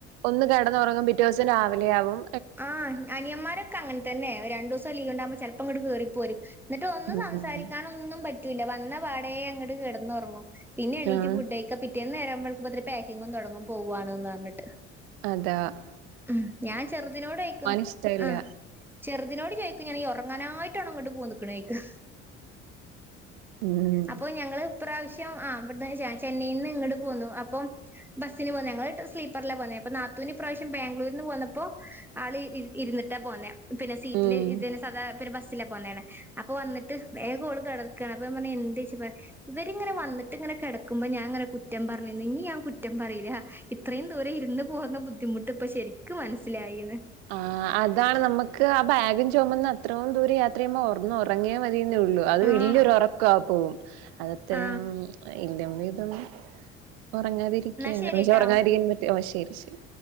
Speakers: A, on the right; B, in the centre.
A: ഒന്ന് കെടന്നുറങ്ങും പിറ്റോസം രാവിലെയാവും
B: ആഹ് അനിയമ്മാരൊ അങ്ങനെ തന്നെ ഒരു രണ്ടൂസം ലീവ്ണ്ടാവുമ്പോ ചെൽപ്പോ ങ്ങട് കേറിപ്പോരും എന്നിട്ട് ഒന്നും
A: ഉം
B: സംസാരിക്കാനൊന്നും പ പറ്റൂല്ല വന്ന പാടയെ അങ്ങോട്ട് കിടന്നൊറങ്ങും പിന്നെണീറ്റ്
A: ആഹ്
B: ഫുഡക്ക പിറ്റേന്ന് നേര വെളുക്കുമ്പോത്തിനും പാക്കിങ്ങും തൊടങ്ങും പോവാണ്ന്ന് പറഞ്ഞിട്ട്
A: അത
B: ഉം ഞാൻ ചെറുതിനോട് ചോയിക്കും
A: ഇഷ്ടല്ല
B: ആ ചെറുതിനോട് ചോയിക്കും ഞാൻ ഈ ഉറങ്ങാനായി ട്ടാണോ ഇങ്ങട്ട് പോന്ന്ക്ക്ണേ ചോ
A: ഉം
B: അപ്പൊ ഞങ്ങള് ഈപ്രാവശ്യം ആഹ് ഇവിട്ന്ന് ചെന്നൈയിന്ന് ഇങ്ങട് പോന്നു അപ്പം ബസിന് പോന്നു ഞങ്ങള് സ്ലീപ്പറിലാ പോന്നെ അപ്പോ നാത്തൂനിപ്രാവ ബാംഗ്ലൂരിൽ നിന്ന് പോന്നപ്പോ ആള് ഇരുന്നിട്ടാ പോന്നേ പിന്നെ സീറ്റില്
A: ഉം
B: ഇതിന് സധാ പിന്നെ ബസ് പോന്നെണ് അപ്പൊ വന്നിട്ട് വേഗം ഓള് കിടക്കയാണ് അപ്പ ഞാൻ പറഞ്ഞ് എന്താെച്ച പറയാ ഇവരിങ്ങനെ വന്നിട്ട് ഇങ്ങനെ കിടക്കുമ്പോ ഞാനിങ്ങനെ കുറ്റം പറഞ്ഞിന് ഇനി ഞാൻ കുറ്റം പറയൂല ഇത്രയും ദൂരെം ഇരുന്ന് പോന്ന ബുദ്ധിമു ബുദ്ധിമുട്ടിപ്പോ ശരിക്കും മനസ്സിലായിന്ന്
A: ആ അതാണ് നമുക്ക് ആ ബാഗും ചുമന്ന് അത്രയും ദൂരെം യാത്ര ചെയ്യുമ്പോ ഒന്നൊറങ്ങിയ മതി ന്നെള്ളു അത് വലിയ
B: ആഹ്
A: ഒരുറക്കമാ പോവും അതത്ര
B: ആ
A: ഇന്റമ്മേഇതൊന്നും ഉറങ്ങാതിരിക്കുകയാണ്
B: എന്നാ ശരിട്ടോ
A: പക്ഷെ ഉറങ്ങാതിരിക്കാനും പറ്റില്ല ഓഹ് ശരി ശരി